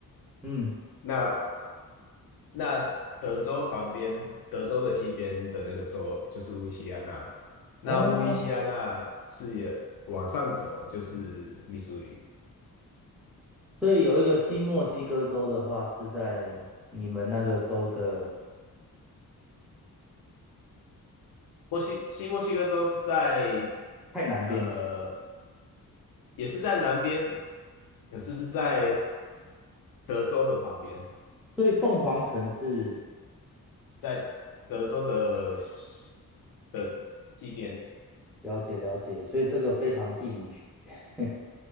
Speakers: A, in the centre; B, on the left.
A: 嗯，
B: 那那德州旁边，德州的西边的那个州就是路易西安那，那路易西安那是往上走就是密苏里。
A: 哦，所以有一个新墨西哥州的话是在你们那个州的
B: 墨西西墨西哥州是在
A: 太南边，
B: 呃，也是在南边，可是是在德州的旁边，
A: 所以凤凰城是。
B: 在德州的西的西边。
A: 了解了解，所以这个非常地理学，<laughs>